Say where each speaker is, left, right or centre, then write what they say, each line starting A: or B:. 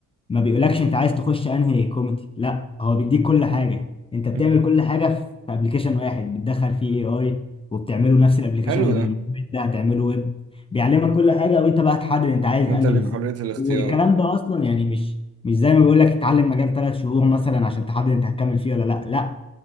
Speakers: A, on the left; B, on the right.
A: ما بيقولكش انت عايز تخش انهي كوميدي لا هو بيديك كل حاجه انت بتعمل
B: مم.
A: كل حاجه في ابلكيشن واحد بتدخل فيه اي اي وبتعمله نفس الابلكيشن
B: حلو
A: اللي
B: ده
A: ده هتعمله ويب بيعلمك كل حاجه وانت بقى تحدد انت عايز
B: إن
A: انهي
B: انت ليك
A: بالظبط
B: حرية الاختيار
A: والكلام ده اصلا يعني مش مش زي ما بيقولك اتعلم مجال ثلاث شهور مثلا عشان تحدد انت هتكمل فيه ولا لا لا